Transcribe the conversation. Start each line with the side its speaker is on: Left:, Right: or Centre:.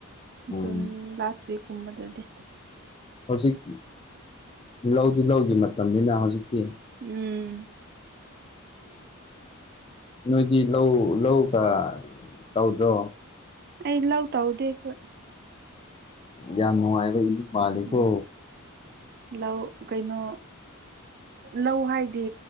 Left: ꯎꯝ
Right: ꯖꯨꯟ ꯂꯥꯁ ꯋꯤꯛ ꯀꯨꯝꯕꯗꯗꯤ
Left: ꯍꯧꯖꯤꯛ ꯂꯧꯗꯤ ꯂꯧꯒꯤ ꯃꯇꯝꯅꯤꯅ ꯍꯧꯖꯤꯛꯇꯤ
Right: ꯎꯝ
Left: ꯅꯣꯏꯒꯤ ꯂꯧ ꯂꯧꯒ ꯇꯧꯗ꯭ꯔꯣ
Right: ꯑꯩ ꯂꯧ ꯇꯧꯗꯦ ꯑꯩꯈꯣꯏ
Left: ꯌꯥꯝ ꯅꯨꯡꯉꯥꯏꯕ ꯏꯃꯨꯡ ꯃꯥꯜꯂꯤꯀꯣ
Right: ꯎꯝ ꯂꯧ ꯀꯩꯅꯣ ꯂꯧ ꯍꯥꯏꯗꯤ